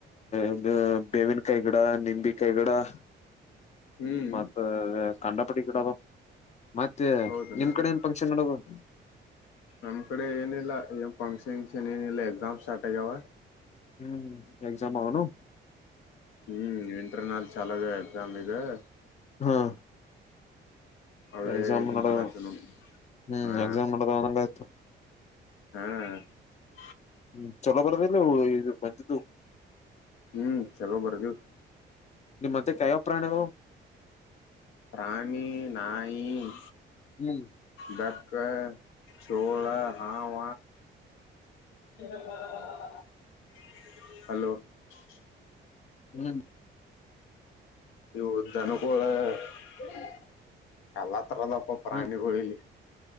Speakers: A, on the left (about 35°); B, on the left (about 80°).
A: ಇದು, ಬೇವಿನ ಕಾಯಿ, ಗಿಡ ನಿಂಬಿ ಕಾಯಿ, ಗಿಡ. <inaudible>
B: ಹ್ಮ್
A: ಮತ್ತೆ, ಕಂಡ, ಪಡಿ, ಬಿಡದು. <inaudible> ಮತ್ತೆ,
B: ಹೌದನಾ
A: ನಿಮ್ ಕಡೆ! ಏನ್ ಫಂಕ್ಷನು, ಮಾಡಲ್ಲವ. <inaudible>
B: ನಮ್ಮ್, ಕಡೆ ಏನಿಲ್ಲ! ಏ ಫಂಕ್ಷನ್, ಗೆಂಕ್ಷನ್, ಏನು, ಇಲ್ಲ. ಎಕ್ಸಾಮ್ ಸ್ಟಾರ್ಟ್, ಆಗದೇ. <inaudible>
A: ಹ್ಮ್, ಎಕ್ಜಾಮ್ ಅವನು? <inaudible>
B: ಹ್ಮ್, ಇಂಟರ್ ನಲ್, ಚಲೋದ, ಎಕ್ಸಾಮ್ ಇದೆ? <inaudible>
A: ಹಾ. <inaudible>
B: ಅವೇ
A: ಎಕ್ಸಾಮ್,
B: ಇದು
A: ನೋಡು,
B: ಮಾಡಾತಿವ್ ನೋಡ್
A: ಹ್ಮ್
B: ಹಾ
A: ಎಕ್ಸಾಮ್, ನೋಡಿದಾಗ ಅಂಗೆ ಇತ್ತು. <inaudible>
B: ಹಾ. <inaudible>
A: ಹ್ಮ್, ಚಲೋ ಬರದಿಲ್ಲ! ಇ, ಬಂದಿದ್ದು. <inaudible>
B: ಹ್ಮ್, ಚಲೋ, ಬರುಧಿವಿ. <inaudible>
A: ನೀವು, ಮತ್ತೆ, ತಾಯಪ್ರನ, ಅನ್ನೋದು. <inaudible>
B: ಹನಿ, ಪ್ರಾಣಿ ನಾಯಿ. <inaudible>
A: ಹ್ಮ್. <inaudible>
B: ಚಕ್ಕ, ಚೋಳ ಹಾವ. <inaudible> ಹಲೋ? <unintelligible>
A: ಹ್ಮ್. <inaudible>
B: ಇವು, ಧನಕೋಗವ್ರೆ. <unintelligible> ಅವಾಂತರಗಳು, ಪ್ರಾಣಿಗಳು,
A: ಹ್ಮ್
B: ಇಲ್ಲಿ?